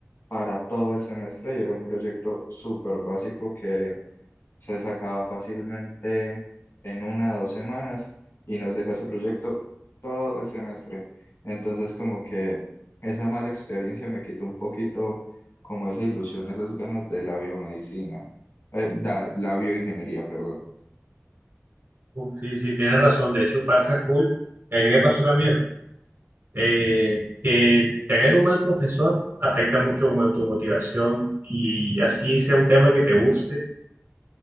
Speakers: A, on the left (about 75°); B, on the right (about 65°).
A: para todo el semestre y era un proyecto súper básico que se sacaba fácilmente en una o dos semanas y nos dejó ese proyecto todo el semestre. Entonces como que esa mala experiencia me quitó un poquito como esa ilusión, esas ganas de la biomedicina, eh, da- la bioingeniería, perdón.
B: Uf, sí, sí, tienes razón. De hecho, pasa full. Y a mí me pasó también eh, que tener un mal profesor afecta mucho como tu motivación y así sea un tema que te guste